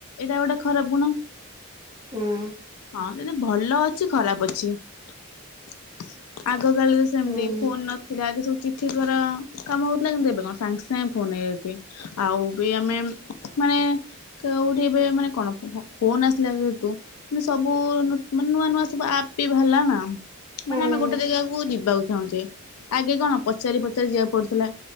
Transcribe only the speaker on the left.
ଏଇଟା ଗୋଟେ ଖରାପ ଗୁଣ।
ହ ଯେ ଭଲ ଅଛି ଖରାପ ଅଛି। <inaudible> ଆ ଗକାଳରେ ସେମିତି
ଫୋନ ନଥିଲା। କି ସବୁ ଚିଠି ଦ୍ଵାରା କାମ ହଉଥିଲା। କିନ୍ତୁ ଏବେ କଣ ସାଙ୍ଗେ ସାଙ୍ଗେ ଫୋନ ହେଇଯାଉଛି। ଆଉ ବି ଆମେ ମାନେ କୋଉଠି ଏବେ ମାନେ କଣ ଫୋନ ଆସିଲା ଯେହେତୁ। ସବୁ ମାନେ ନୂଆ ନୂଆ ସବୁ ଆପ୍ ବି ବାହାରିଲ ନା।
ମାନେ ଆମେ ଗୋଟେ ଜାଗାକୁ ଯିବା ଉଚି ଚାହୁଁଚେ ଆଗେ କଣ ପଚାରି ପଚାରି ଯିବାକୁ ପଡୁଥିଲା।